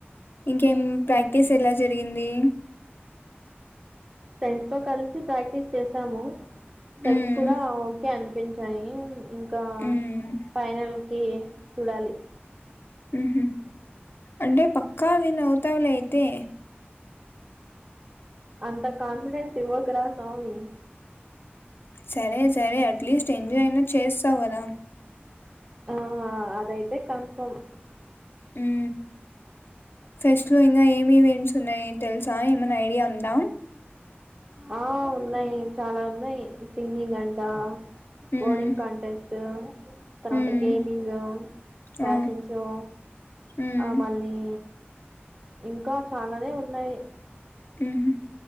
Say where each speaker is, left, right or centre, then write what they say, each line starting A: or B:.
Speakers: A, on the left (about 60°); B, on the right (about 30°).
A: ఇంకేం ప్రాక్టీస్
B: మ్మ్
A: ఎలా జరిగింది
B: ఫ్రెండ్స్ తో కలిసి ప్రాక్టీస్ చేసాము స్టెప్స్
A: ఉమ్
B: కూడా ఓకే అం పించాయి ఇం ఇకా
A: ఉమ్
B: ఫైనల్ కి చూడాలి
A: ఉహ అంటే పక్కా విన్ అవుతావులే అయితే
B: అంత కాన్ఫిడెన్స్ ఇవ్వకరా స్వామి
A: సరే సరే అట్లెస్ట్ ఎంజాయ్ అయినా చేస్తావ్ కదా
B: ఆహా అదయితే కన్ఫర్మ్
A: ఉ ఫెస్ట్ లో ఇంకా ఏమి ఈవెంట్స్ ఉన్నాయి తెలుస సా ఏమన్నా ఐడియా ఉందా
B: ఆ ఉన్నాయి చాలా ఉన్నాయి సింగింగ్ అన్ డా
A: ఉమ్
B: కోడింగ్ కాంటెస్ట్ తర్వాత
A: ఉమ్
B: గేమింగ్ ప్యాషన్
A: ఆ
B: షో
A: ఉమ్
B: ఆ మళ్ళీ ఇంకా చాలానే ఉన్నాయి
A: ఊహూ